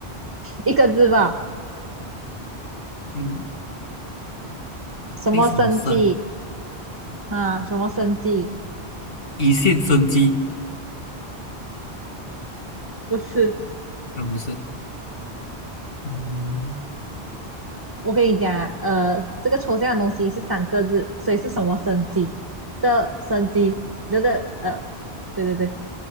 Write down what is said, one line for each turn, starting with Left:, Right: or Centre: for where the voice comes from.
Right: 一个字吧，
Left: 嗯，
Right: 什么生鸡
Left: 为什么生？
Right: 啊？什么生鸡？
Left: 一线生机？
Right: 不是。
Left: 呃，不是，嗯，
Right: 我跟你讲啊呃，这个抽象的东西是三个字，所以是什么生机的生机的的呃，对对对，